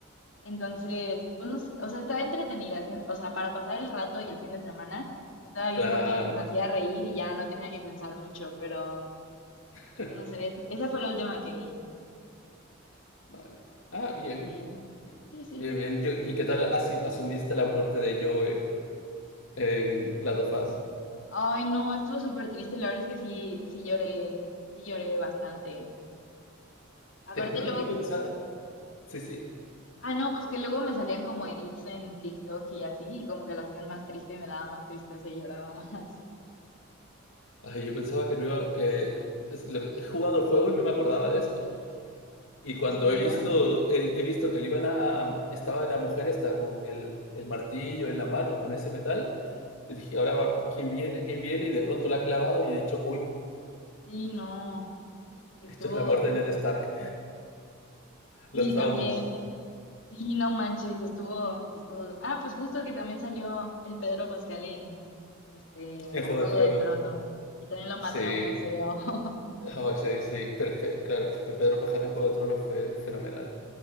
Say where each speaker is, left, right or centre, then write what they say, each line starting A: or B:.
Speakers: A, on the left (about 70°); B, on the left (about 85°).
A: Entonces, pues no sé, o sea, estaba entretenida, ¿sí? o sea, para pasar el rato y el fin de semana, estaba bien
B: claro.
A: porque me hacía reír y ya no tenía que pensar mucho, pero
B: <laughs>
A: bueno, no sé, es- esa fue la última que vi.
B: Vale. Ah, bien.
A: Sí, sí, sí.
B: Bien, bien. Yo- ¿y qué tal asi- asumiste la muerte de Joe? en las dos fases.
A: Ay, no, estuvo súper triste. La verdad es que sí, sí lloré, sí lloré bastante. Aparte
B: Te juro
A: luego,
B: que yo pensaba, sí, sí,
A: ah, no, pues que luego me salían como edits en TikTok y así, y como que lo hacían más triste y me daba más tristeza y lloraba más.
B: Ay, yo pensaba que no iba, que es lo- he jugado el juego y no me acordaba de esto. Y cuando
A: <laughs> ¿En serio?
B: he visto, he, he visto que le iban a, estaba la mujer esta con el, el martillo en la mano, con ese metal, y dije, ahora va- ¿quién viene? ¿Quién viene? Y de pronto la ha clavado y he dicho, uy,
A: Sí, no, estuvo,
B: esto es la muerte de Ned Stark,
A: sí,
B: los traumas
A: también. Sí, no manches, estuvo, estuvo. Ah, pues justo que también salió el Pedro Pascal en este
B: en Juego
A: Juego
B: de Tronos.
A: de Tronos y también lo
B: Sí,
A: mataron bien feo. <laughs>
B: Ay, sí, sí, pero es que, claro, es que Pedro Pascal en Juego de Tronos fue fenomenal.